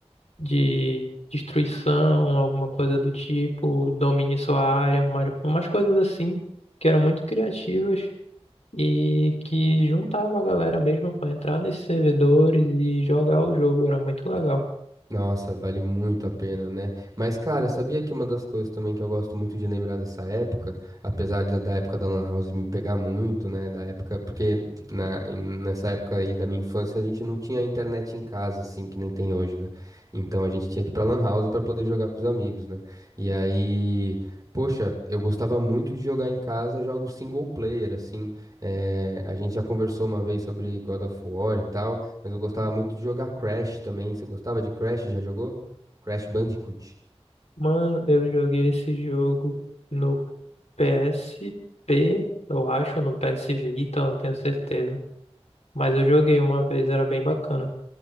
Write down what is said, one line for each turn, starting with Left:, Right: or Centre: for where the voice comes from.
Left: de destruição, alguma coisa do tipo, domine sua área, umas, umas coisas assim que eram muito criativas e que juntava a galera mesmo pra entrar nesses servidores e jogar o jogo, era muito legal.
Right: Nossa, vale muito a pena, né? Mas, cara, sabia que uma das coisas também que eu gosto muito de lembrar dessa época, apesar de da época da Lan House me pegar muito, né? Da época, porque na, em- nessa época aí da minha infância a gente não tinha internet em casa, assim, que nem tem hoje, né? Então a gente tinha que ir pra Lan House pra poder jogar com os amigos, né? E aí. Poxa, eu gostava muito de jogar em casa jogos single player, assim. eh, a gente já conversou uma vez sobre God of War e tal. Mas eu gostava muito de jogar Crash também. Você gostava de Crash? Já jogou? Crash Bandicoot.
Left: Mano, eu joguei esse jogo no PSP, eu acho, ou no PS Vita, eu não tenho certeza. Mas eu joguei uma vez, era bem bacana.